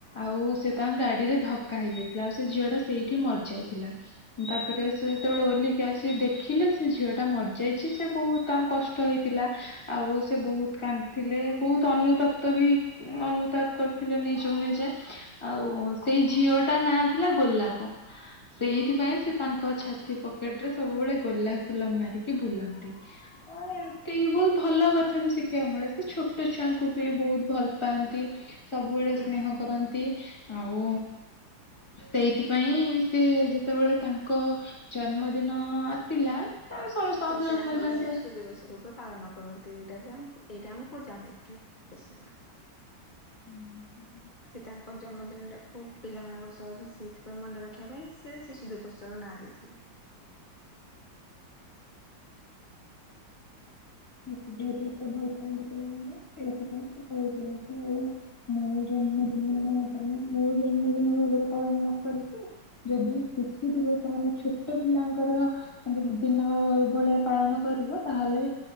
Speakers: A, on the left; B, on the left.
A: ଆଉ ସେ ତାଙ୍କ ଗାଡିରେ ଧକ୍କା ହେଇଯାଇଥିଲା ଆଉ ସେ ଝିଅ ଟା ସେଇଠି ମରିଯାଇଥିଲା? ତାପରେ ସେ ଯେତେବେଳେ ଓଲିକି ଆସି ଦେଖିଲେ ସେ ଝିଅ ଟା ମରିଯାଇଛି ସେ ବହୁତ ତାଙ୍କୁ କଷ୍ଟ ହେଇଥିଲା ଆଉ ସେ ବହୁତ କାନ୍ଦିଥିଲେ ବହୁତ ଅନୁତାପ୍ତ ବି ଅନୁତାପ କରିଥିଲେ ନିଜକୁ ନିଜେ ଆଉ ସେଇ ଝିଅଟା ନାଁ ଥିଲା ଗୋଲାପ? ସେଇଥିପାଇଁ ସେ ତାଙ୍କ ଛାତି ପକେଟ ରେ ସବୁବେଳେ ଗୋଲାପ ଫୁଲ ମାରିକି ବୁଲନ୍ତି ଏମିତି ବହୁତ ଭଲ କଥା ବି ଶିଖିବାକୁ ମିଳେ ସେ ଛୋଟ ଛୁଆଙ୍କୁ ବି ବହୁତ ଭଲ ପାଆନ୍ତି? ସବୁବେଳେ
B: ହୁଁ
A: ସ୍ନେହ କରନ୍ତି ଆଉ ସେଇଥିପାଇଁ ସେ ଯେତେବେଳେ ତାଙ୍କ ଜନ୍ମଦିନ ଆସିଲା ଆ ସମସ୍ତଙ୍କ
B: ସେ
A: ତ
B: ସେଟାକୁ
A: ଜନ୍ମଦିନ ଏମିତି
B: ଶିଶୁ ଦିବସ ରୂପେ ପାଳନ କରନ୍ତି। ଏଇ ରାମକୁ ଜଣେଇଥିଲେଶ ମାନ
A: ହୁଁ।
B: ସେ ତାଙ୍କ ଜନ୍ମଦିନଟାକୁ ପିଲାମାନଙ୍କ ସହ ସେଇଥିପାଇଁ ମନେ ରଖିବା ପାଇଁ ସେ ଶିଶୁ ଦୁଇ ପୁସ୍ତରର ନାଁ ଦେଇଥିଲେ।
A: ତ ଏତେ ଭଲ ପାଆନ୍ତି ପିଲାମାନେ କହିଥିଲେ ସେଳେ ମୁଁ ଜନ୍ମଦିନ ମାନେ ମୁଁ ଜନ୍ମଦିନ ଭାବରେ ପାଳନ ନ କରିକି ଯଦି ଶିଶୁଥିବ ସେମାନେ ଛୋଟ ପିଲାଙ୍କର ଦିନ ଭଳିଆ ପାଳନ କରିବ ତାହେଲେ